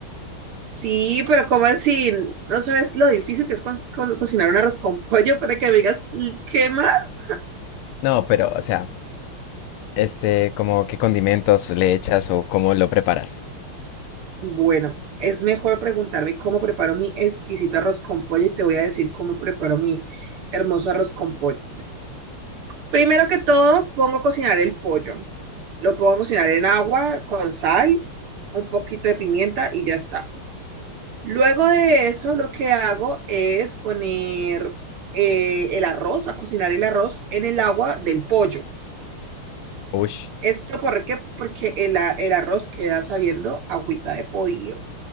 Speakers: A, on the right; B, on the left.
A: Sí, pero ¿cómo así? ¿No sabes lo difícil que es co- co- cocinar un arroz con pollo para que me digas "L- qué más?
B: No, pero, o sea, este, como qué condimentos le echas o cómo lo preparas.
A: Bueno, es mejor preguntarme cómo preparo mi exquisito arroz con pollo y te voy a decir cómo preparo mi hermoso arroz con pollo. Primero que todo, pongo a cocinar el pollo. Lo pongo a cocinar en agua con sal, un poquito de pimienta y ya está. Luego de eso, lo que hago es poner eh, el arroz, a cocinar el arroz en el agua del pollo.
B: Ush,
A: ¿Esto por qué? Porque el, a- el arroz queda sabiendo agüita de pollo.